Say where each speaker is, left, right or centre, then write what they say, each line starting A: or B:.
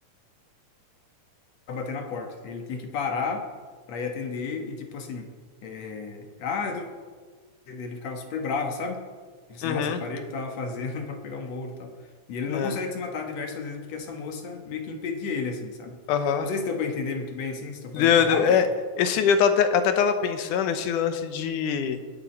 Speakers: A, on the left; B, on the left.
A: pra bater na porta. Ele tinha que parar pra ir atender e, tipo assim, é, ah, eu tô Ele ficava super bravo, sabe? Ele disse,
B: Uhum,
A: nossa, parei o que tava fazendo <laughs> para pegar um bolo e tal. E ele
B: é.
A: não consegue se matar diversas vezes porque essa moça meio que impedia ele, assim, sabe?
B: Aham.
A: Não sei se deu pra entender muito bem, assim, se estou falando
B: Deu,
A: muito rápido.
B: deu. É, esse, eu tô até, até tava pensando esse lance de